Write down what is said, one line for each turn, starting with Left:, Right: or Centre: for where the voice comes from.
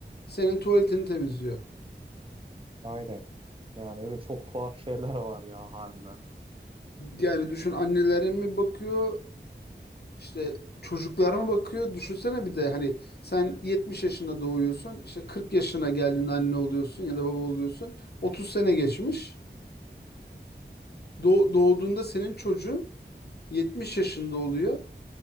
Left: senin tuvaletini temizliyor.
Right: aynen. Yani öyle çok tuhaf şeyler var ya harbiden.
Left: Yani düşün annelere mi bakıyor, işte çocuklara mı bakıyor? Düşünsene bir de hani sen 70 yaşında doğuyorsun. işte 40 yaşına geldiğinde anne oluyorsun ya da baba oluyorsun. otuz sene geçmiş. Doğ- doğduğunda senin çocuğun 70 yaşında oluyor